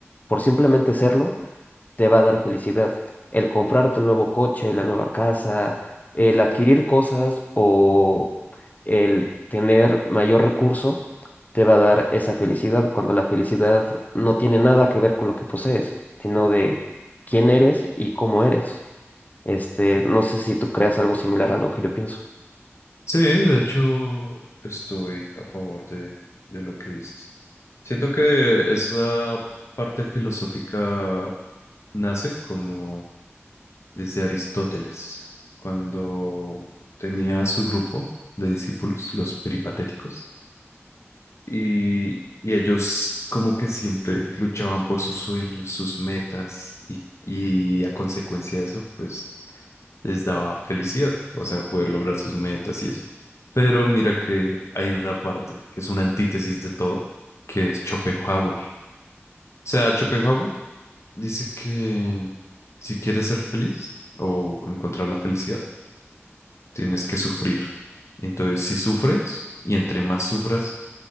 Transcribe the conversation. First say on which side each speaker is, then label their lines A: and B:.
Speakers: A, on the left; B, on the left.
A: por simplemente serlo te va a dar felicidad. El comprarte el nuevo coche, la nueva casa, el adquirir cosas o el tener mayor recurso, te va a dar esa felicidad cuando la felicidad no tiene nada que ver con lo que posees, sino de quién eres y cómo eres. Este, no sé si tú creas algo similar a lo que yo pienso.
B: Sí, de hecho, estoy a favor de, de lo que dices. Siento que esa parte filosófica nace como desde Aristóteles, cuando tenía su grupo de discípulos, los peripatéticos Y, y ellos como que siempre luchaban por sus sueños, sus metas y, y a consecuencia de eso, pues les daba felicidad, o sea, poder lograr sus metas y eso. Pero mira que hay una parte que es una antítesis de todo, que es Schopenhauer. O sea, Schopenhauer dice que si quieres ser feliz o encontrar la felicidad, tienes que sufrir. Y entonces, si sufres y entre más sufras,